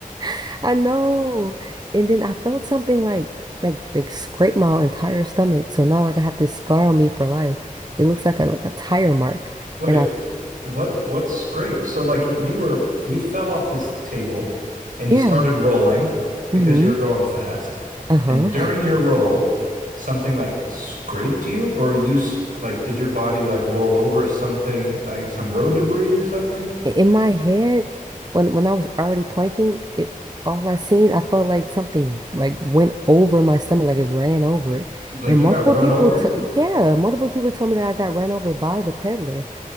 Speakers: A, on the right; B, on the right.
A: <laughs> I know. And then I felt something like like like scrape my entire stomach. So now like I have this scar on me for life. It looks like a like a tire mark.
B: Wait.
A: And I
B: What what scrape? So like you were you fell off this table and
A: yeah.
B: you started rolling because
A: Mm-hmm.
B: you were going fast.
A: Uh-huh.
B: And during
A: <laughs>
B: your roll, something like scraped you or you s- like did your body like roll over something like some road debris or something?
A: in my head, when when I was already planking, it all I seen, I felt like something like went over my stomach, like it ran over it.
B: Like
A: And
B: you
A: multiple
B: got run
A: people,
B: over?
A: t yeah, multiple people told me that I got ran over by the peddler